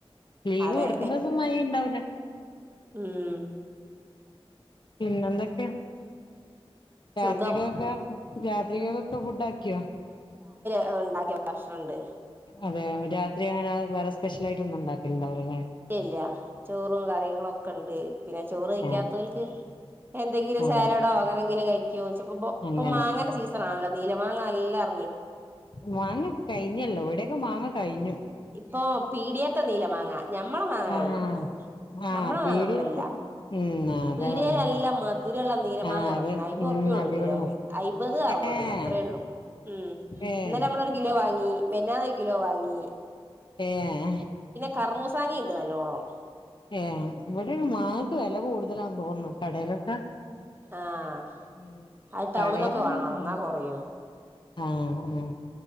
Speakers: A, on the left; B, on the right.
A: ലീവ്
B: അതെ
A: കൊടുക്കുന്നസം മയണ്ടാവൂല
B: ഉം
A: പിന്നെന്തൊക്കെയാ രാത്രികൊക്കെ
B: സുഖം
A: രാത്രികൊക്കെ ഫുഡ് ആക്കിയോ
B: അത് ഉണ്ടാക്കിയ പ്രശ്ന ഉണ്ട്
A: അതെയോ രാത്രി എങ്ങന വേറെ സ്പെഷ്യലായിട്ടൊന്നും ഉണ്ടാക്കിട്ടുണ്ടാവില്ലല്ലേ
B: ഇല്ല ചോറും കറികളൊക്കെ ഉണ്ട് പിന്നെ ചോറ് കഴിക്കാത്തോൽക്ക്
A: ആഹ്
B: എന്തെങ്കിലും
A: ആഹ്
B: സാലഡോ അങ്ങനെങ്കിലും കഴിക്കോയിച്ചിപ്പിപ്പം
A: അങ്ങനെ
B: ഇപ്പം മാങ്ങേന്റെ സീസൺ ആണല്ലോ നീല മാങ്ങ എല്ലാർ
A: മാങ്ങ കഴിഞ്ഞല്ലോ ഇവിടെയൊക്കെ മാങ്ങ കഴിഞ്ഞു
B: ഇപ്പൊ പീടിയാത്തെ നീല മാങ്ങാ ഞമ്മള മാങ്ങ
A: ആഹ്
B: കഴിഞ്ഞേക്കണ്
A: ആഹ്
B: ഞമ്മള
A: പീടികക്ക്
B: മാങ്ങ ഇപ്പല്ല
A: ഉം അതാ
B: പീടിയേൽ
A: പറയുന്നെ
B: നല്ല മധുര ഒള്ള നീല
A: ആഹ്
B: മാങ്ങ ഇറങ്ങി
A: അത്
B: അയ്മ്പറുപ്യെ
A: ഉം
B: ഉള്ളൂ
A: അടിപൊളി
B: കിലോനെ അയ്മ്പത് അറു പത്
A: ഏഹ്
B: അത്രേള്ളൂ ഉം
A: ഏഹ്
B: ഇന്നലെ നമ്മളൊരു കിലോ വാങ്ങി മെനന്നാന്നൊരു കിലോ വാങ്ങി
A: ഏഹ്
B: കറമൂസാങ്ങി ഇണ്ട് നല്ലോണം
A: ഏഹ് ഇവിടെ മാങ്ങക്ക് വെല കൂടുതലാന്ന് തോന്നുന്നു കടയിലൊക്കെ
B: ആഹ്
A: ഉം
B: അത് ടൗണ്ന്നൊക്കെ
A: കടേന്ന്
B: വാങ്ങണം ഇന്നാ
A: ഉം
B: കൊറയൂ
A: ആഹ് ഉം